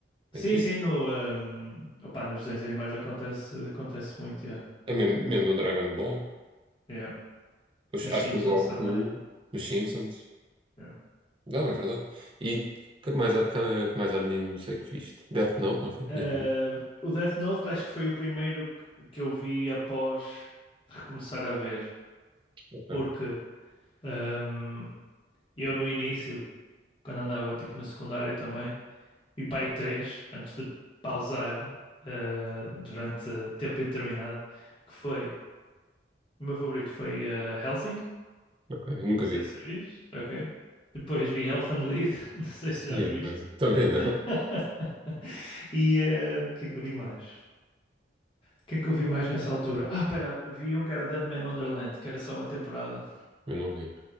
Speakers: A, on the right; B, on the left.
A: É
B: Sim,
A: fixe.
B: sim, no, um, opá, nos desenhos animais acontece, acontece muito, yeah.
A: É mesmo, mesmo no Dragon Ball.
B: Yeah.
A: Oxe,
B: Nos
A: Acho
B: Simpsons
A: que o Goku
B: também.
A: nos Simpsons.
B: yeah.
A: Não, é verdade. E que mais, há- que, que mais há menino, não sei que viste. Death Note, não foi?
B: Eh,
A: Tinhas visto?
B: o Death Note acho que foi o primeiro que que eu vi após recomeçar a ver,
A: Ok,
B: porque um, eu no início quando andava tipo no secundário também. Vi para aí três antes de pausar eh, durante tempo indeterminado. Que foi, o meu favorito foi eh, Helsing,
A: ok. Nunca
B: não sei
A: vi.
B: se viste, ok. Depois vi Elfenlied, <laughs> não sei se
A: E
B: já viste.
A: é bem. Também não.
B: <laughs> E eh, o que é que eu vi mais? O que é que eu vi mais nessa altura? Ah, pera, vi um que era o Dead Man Wonderland, que era só uma temporada.
A: Eu não vi.